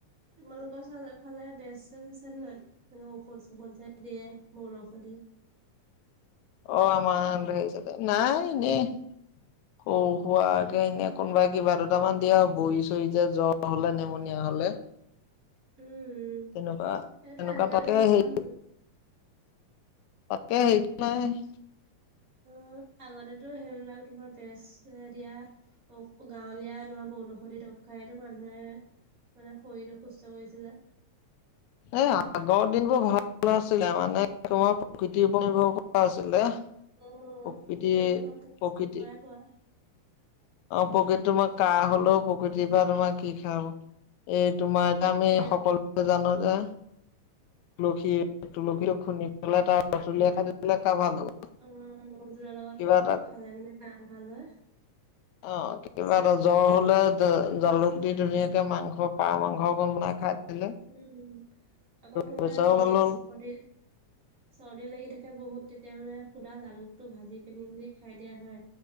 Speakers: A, on the right; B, on the left.
A: তোমালোকৰ ফালে বেচ-চেজ আছে নাই? ঔষধ-চৌষধ যে দিয়ে, বনঔষধি
B: অঁ! <unintelligible> নাই এনে সৰু-সুৰাকে
A: উম
B: এনেই কোনোবাই <inaudible> কিবা দুটামান দিয়ে আৰু বৰি-চৰি যে, জ্বৰ হলে, নেমনীয়া হলে <unintelligible>
A: উম!
B: তেনেকুৱা
A: সেইটোৱে
B: তেনেকুৱা
A: আজিকালি
B: তাকে
A: নোহোৱা
B: হেৰি
A: হ'ল। <inaudible>
B: তাকে <unintelligible> নাই। <inaudible>
A: উম! আগতেটো সেইবিলাক তোমাৰ বেচয়ে দিয়া। <inaudible> <inaudible> গাঁৱলীয়া তোমাৰ বনৌষধি দৰৱ খায়তো মানুহে মানে শৰীৰটো সুস্থ কৰিছে যে। <inaudible>
B: এ আগৰ দিনবোৰ ভাল আছিলে, মানে তোমাৰ প্ৰকৃতিৰ ওপৰত নিৰ্ভৰ কৰা আছিলে। <inaudible>
A: উম!
B: প্ৰকৃতি
A: গোটেইবোৰ তোমাৰ প্ৰাকৃতিৰ
B: প্ৰকৃতি
A: পৰাই পোৱা। <unintelligible>
B: অ! <unintelligible> প্ৰকৃত তোমাৰ কাঁহ হলেও, প্ৰকৃতিৰ পৰা তোমাৰ কি খাম <inaudible> এই তোমাৰ এটা
A: তাকে
B: আমি সকলো <unintelligible> জানো যে তুলসী-তুলসী খুন্দি পেলাই তাৰ <unintelligible> পিলে কাঁহ ভাল হ'ব।
A: উম! মৌ জোলৰ লগতটো
B: কিবা এটা
A: খালে মানে কাঁহ ভাল হয়।
B: অঁ! কেতিয়াবা এটা জ্বৰ হলে জালুক দি ধুনীয়াকে মাংস পাৰ মাংস অকণ বনাই খাই দিলে <inaudible>
A: উম! আকৌ তোমাৰ
B: পইচাও
A: যদি,
B: ভাল হ'ল
A: চৰ্দি <inaudible> চৰ্দি লাগি থাকে বহুত, তেতিয়া মানে সুদা জালুকটো ভাজি পিনি যদি খাই দিয়া হয়